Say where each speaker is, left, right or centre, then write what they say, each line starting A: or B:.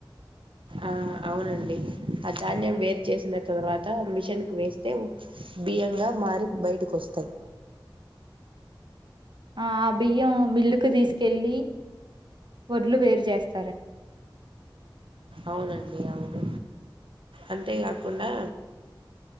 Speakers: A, on the right; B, on the right.
A: ఆ అవునండి. ఆ ధాన్యం వేరు చేసిన తర్వాత మిషన్ కు వేస్తే బియ్యంగా మారి బయటకి వస్తాయి.
B: ఆ బియ్యం మిల్లుకు తీసుకెళ్లి వడ్లు వేరు చేస్త.
A: అవునండి అవున్ అంతే కాకుండా